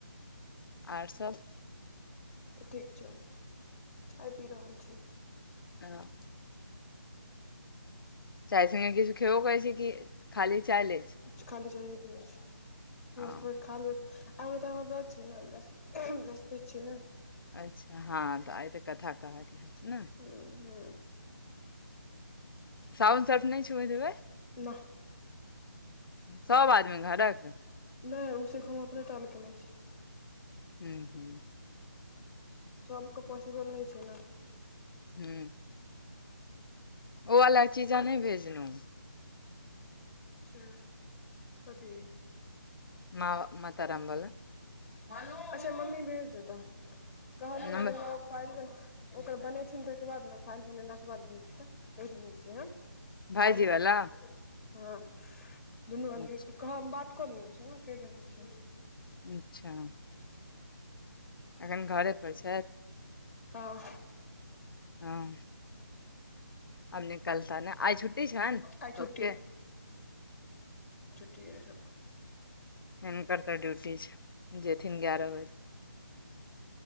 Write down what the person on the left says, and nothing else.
आर सभ
ह चाय स्े किछु खेबो करै छी कि खाली चाय ले छि
ओ
अच्छा हँ तऽ आइ तऽ कथा कहतय ने
साबुन सर्फ नहि छु बयात हेबेई
सब आदमी घरक
ह्म हू
हू ओ वाला चीजा अहाँ नहि भेजलूहुँ
म म ताराम बोल
नम्बर
भाइजी
वाला
अच्छा
अच्छा
एखन घरे पर छथि
हँ आम निकलता ने आइ छुट्टी छैन
ओके
हिनकर तऽ ड्यूटी छै जेथिन ग्यारह बजे